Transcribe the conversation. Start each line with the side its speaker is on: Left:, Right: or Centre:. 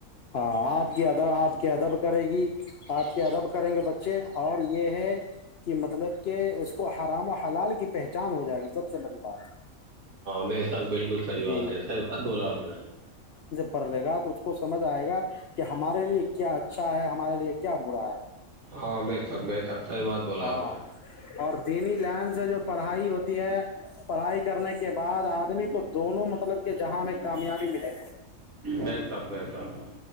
Left: ہاں آپ کی ادب آپ کی ادب کرے گی آپ کے
Right: ہاں
Left: ادب کریں گے بچے اور یہ ہے کہ مطلب کہ اس کو حرام و حلال کی پہچان ہو جائے گی سب سے بڑی بات
Right: بساخ بالکل صحی
Left: جی
Right: بات ہے سحیح بات بولا آپ نے
Left: پ لےا تو <unintelligible> کو سمجھ آئے گا کہ ہاں ہمارے لیے کیا اچھا ہے ہمارے لیے کیا تھڑا
Right: ہاں بے تک بہ تک صحی بات بولا
Left: ہاں
Right: آپ
Left: اور دینی لائن سے جو پڑھائی ہوتی ہے پڑھائی کرنے کے بعد آدمی کو دونوں مطلب کے جہاں میں کامیابی ملےی
Right: نے بے شک بے شک